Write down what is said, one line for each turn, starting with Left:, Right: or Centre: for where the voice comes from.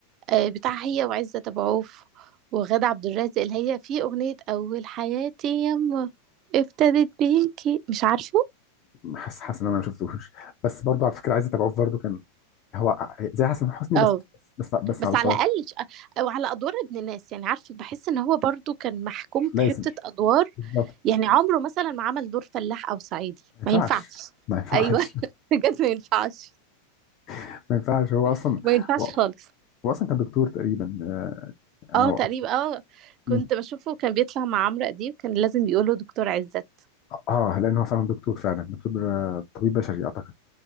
Right: آه بتاع هي وعزت ابو عوف وغادة عبد الرازق اللي هي في اغنيه اول حياتي يما ابتدت بيكي مش عارفه
Left: حاسس حاسس ان انا ما شفتوش بس برضو على فكره عايز اتابعه برضو كان هو زي حسن حسني
Right: اه
Left: بس بس بس
Right: بس
Left: على
Right: على
Left: صغير
Right: الاقل ش- او على ادوار ابن الناس يعني عارفه بحس ان هو برضو كان محكوم
Left: لازم
Right: في حته ادوار
Left: بالظبط
Right: يعني عمره مثلا ما عمل دور فلاح او صعيدي
Left: ما ينفعش
Right: ما ينفعش
Left: ما ينفعش
Right: ايوه <laughs> بجد ما ينفعش
Left: <laughs> ما ينفعش هو اصلا
Right: ما ينفعش
Left: هو,
Right: خالص
Left: هو اصلا كان دكتور تقريبا آه، يعني
Right: اه
Left: هو
Right: تقريبا
Left: اصلا
Right: اه كنت
Left: مم.
Right: بشوفه كان بيطلع مع عمرو اديب كان لازم يقوله دكتور عزت
Left: اه لان هو فعلا دكتور فعلا دكتور آه، طبيب بشري اعتقد